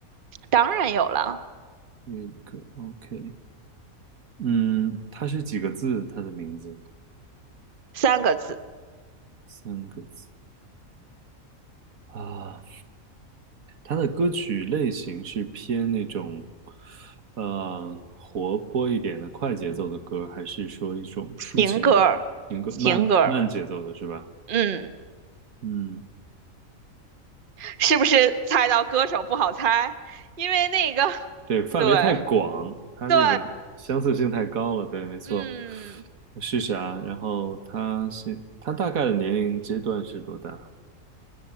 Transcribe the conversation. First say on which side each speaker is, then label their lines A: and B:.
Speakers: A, on the right; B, on the right.
A: 当然有了，
B: 粤语歌，OK。嗯，他是几个字？他的名字
A: 三个字，
B: 三个字啊。他的歌曲类型是偏那种，呃，活泼一点的快节奏的歌，还是说一种抒情的情歌，
A: 情歌儿情歌儿
B: 慢慢节奏的是吧？
A: 嗯，
B: 嗯。
A: 是不是猜到歌手不好猜？因为那个，<laughs>
B: 对，范围太广，
A: 对
B: 它这个相似性太高了。
A: 对，
B: 对，没错，
A: 嗯。
B: 我试试啊。然后他现他大概的年龄阶段是多大？